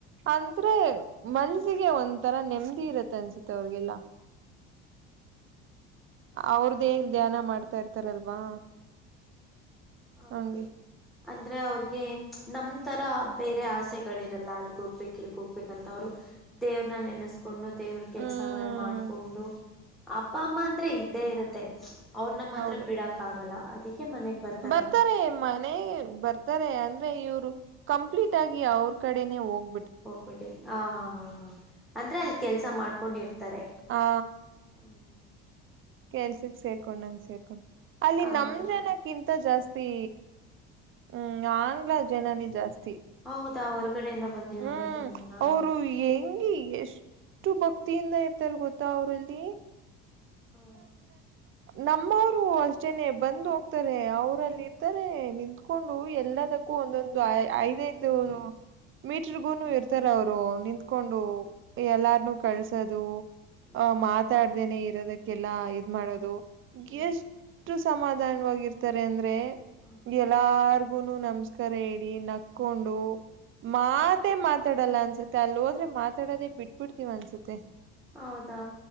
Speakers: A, on the right; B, in the centre.
A: ಅಂದ್ರೆ ಮನ್ಸಿಗೆ ಒಂದ ತರ ನೆಮ್ಮದಿ ಇರತ್ತೆ ಅನ್ಸುತ್ತೆ ಅವ್ರಿಗೆಲ್ಲ ಅವ್ರದೇನ್ ಧ್ಯಾನ ಮಾಡ್ತಾ ಇರ್ತಾರಲ್ವಾ
B: ಹೌದು
A: ಹಂಗೆ
B: ಅಂದರೆ ಅವ್ರಿಗೆ ನಮ್ಮ ಥರ ಬೇರೆ ಆಸೆಗಳಿರಲ್ಲ ಅಲ್ಲಿಗೆೋಗ್ಬೇಕು ಇಲ್ಗೋಗ್ಬೇಕಂತ ಅವರು ದೇವ್ರನ್ನ ನೆನೆಸ್ಕೊಂಡು ದೇವ್ರ ಕೆಲ್ಸಾಗ
A: ಹ್ಮ್
B: ಮಾಡ್ಕೊಂಡು ಅಪ್ಪ ಅಮ್ಮ ಅಂದ್ರೆ ಇದ್ದೇ ಇರುತ್ತೆ ಅವ್ರ ನಮ್ಮ ಮಾತ್ರ
A: ಹೌದು
B: ಬಿಡಕ್ ಆಗಲ್ಲ ಅದಕ್ಕೆ ಮನೆಗ್ ಬರ್ತ
A: ಬರ್ತಾರೆ ಮನೆ ಬರ್ತಾರೆ ಅಂದ್ರೆ ಇವ್ರು ಕಂಪ್ಲೀಟ್ ಆಗಿ ಅವ್ರ ಕಡೆನೆ ಹೋಗ್
B: ಹೋಗ್ಬಿಟ್ಟೆ ಹ ಹಾ ಹಾ ಹಾ ಅಂದ್ರೆ ಅಲ್ಲಿ ಕೆಲ್ಸ ಮಾಡ್ಕೊಂಡಿರ್ತಾರೆ
A: ಆ
B: ಹ್ಮ್
A: ಕೆಲ್ಸಕ್ ಸೇರ್ಕೊಂಡ್ ನಂಗ ಸೇರ್ಕೊಂಡ್ ಅಲ್ಲಿ
B: ಹೌದು
A: ನಮ್ ಜನಕ್ಕಿಂತ ಜಾಸ್ತಿ ಹ್ಮ್ ಆಂಗ್ಲ ಜನನೇ ಜಾಸ್ತಿ
B: ಹೌದಾ ಹೊರ್ಗಡೆಯಿಂದ ಬಂದಿರೋರೆ
A: ಹ್ಮ್
B: ತುಂಬಾನ
A: ಅವರು ಹೆಂಗಿ ಎಷ್ಟು ಭಕ್ತಿಯಿಂದ ಇರ್ತಾರ ಗೊತ್ತಾ ಅವ್ರಲ್ಲಿ
B: ಹ್ಮ
A: ನಮ್ಮವರು ಅಷ್ಟೇನೆ ಬಂದು್ ಹೋಗ್ತಾರೆ ಅವ್ರಲ್ಲಿ ಇರ್ತಾರೆ ನಿತ್ಕೊಂಡು ಎಲ್ಲದಕ್ ಕ್ಕು ಒಂದೊಂದು ಐದ ಐದೋರ್ ಮೀಟರ್ಗೂನು ಇರ್ತಾರ ಅವರು ನಿಂತ್ಕೊಂಡು ಎಲ್ಲಾರ್ನುೂ ಕಳ್ಸೋದು
B: ಹ್ಮ್
A: ಆಹ ಮಾತಾಡ್ದೇನೆ ಇರೋದಕ್ಕೆಲ್ಲಾ ಇದ್ ಮಾಡೋದು
B: ಹ್ಮ್
A: ಎಷ್ಟು ಸಮಾಧಾನವಾಗಿರ್ತಾರೆ ಅಂದ್ರೆ
B: ಹ್ಮ
A: ಎಲ್ಲಾರ್ ಗುನು ನಮಸ್ಕಾರ ಹೇಳಿ ನಕ್ಕೊಂಡು ಮಾತೆ ಮಾತಾಡಲ್ಲ ಅನ್ಸತ್ತೆ ಅಲ್ಲಿ ಹೋದ್ ಮೇಲೆ ಮಾತಾಡದೆೇ ಬಿಟ್ ಬಿಡ್ತೀವ ಅನ್ಸತ್ತೆ
B: ಹೌದಾ